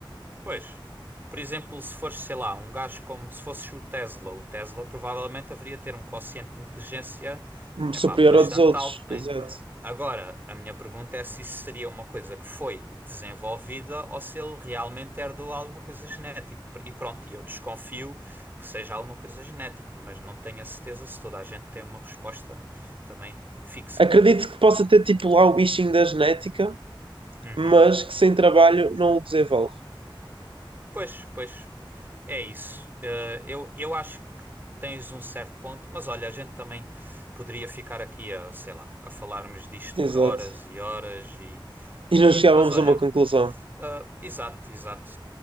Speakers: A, on the right; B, on the right.
A: Pois, por exemplo, se fores, sei lá, um gajo como se fosses o Tesla, o Tesla provavelmente haveria ter um quociente de inteligência,
B: hum,
A: epá,
B: superior
A: bastante
B: à dos outros,
A: alto, né?
B: exato.
A: Agora, a minha pergunta é se isso seria uma coisa que foi desenvolvida ou se ele realmente herdou alguma coisa genética. E pronto, e eu desconfio que seja alguma coisa genética, mas não tenho a certeza se toda a gente tem uma resposta também fixa,
B: Acredito
A: não é?
B: que possa ter, tipo, lá o bichinho da genética,
A: Uhum.
B: mas que sem trabalho não o desenvolve.
A: Pois, pois, é isso. Eh, eu, eu acho que tens um certo ponto, mas olha, a gente também poderia ficar aqui a, sei lá, a falarmos disto
B: Exato.
A: por horas e horas e,
B: E
A: e
B: não chegávamos
A: mas olha,
B: a uma conclusão.
A: ah, exato, exato.